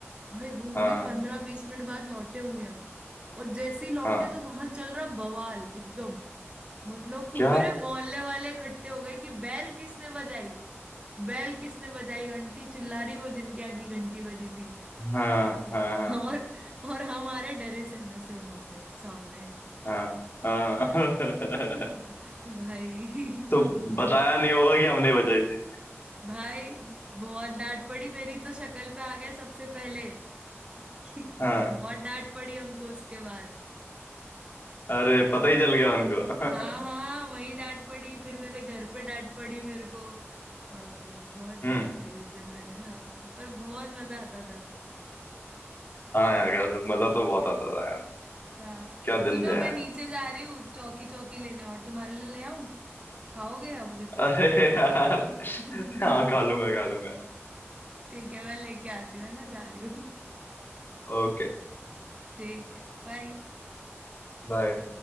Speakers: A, on the right; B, on the left.
A: भाई घूम
B: हाँ
A: के पंद्रह बीस मिनट बाद लौटे होंगे हम और जैसे ही लौटे
B: हाँ।
A: तो वहां चल रहा बवाल एकदम मतलब पूरे
B: क्या
A: मोहल्ले वाले इकट्ठे हो गए कि बैल किसने बजाई बैल किसने बजाई आंटी चिल्ला रही वो जिनके यहाँ की घंटी बजी थी
B: हाँ हाँ हाँ
A: और और हमारे डरे सहमे से वहां पे सामने
B: हाँ हाँ।
A: <laughs>
B: <laughs>
A: भाई
B: तो बताया नहीं होगा कि हमने बजाई थी
A: भाई बहुत डांट पड़ी मेरी तो शक्ल पे आ गया सबसे पहले <laughs>
B: हाँ
A: बहुत डांट पड़ी हमको उसके बाद
B: अरे पता ही चल गया उनको
A: हाँ
B: <laughs>
A: हाँ वही डांट पड़ी फिर मेरे घर पे डांट पड़ी मेरे को बाप रे बहुत
B: हम्म
A: डांट खाई उस दिन मैंने हाँ पर बहुत मजा आता था
B: हाँ यार यार मजा तो बहुत आता था यार
A: हाँ
B: क्या दिन
A: सुनो
B: थे यार
A: मैं नीचे जा रही हूँ चौकी चौकी लेने और तुम्हारे लिए ले आऊं खाओगे आवोगे
B: <laughs>
A: तो
B: अरे यार
A: <laughs>
B: हाँ खा लूंगा खा लूंगा
A: ठीक है मैं लेके आती हूँ है ना जा रही हूँ
B: ओके
A: ठीक है बाय
B: बाय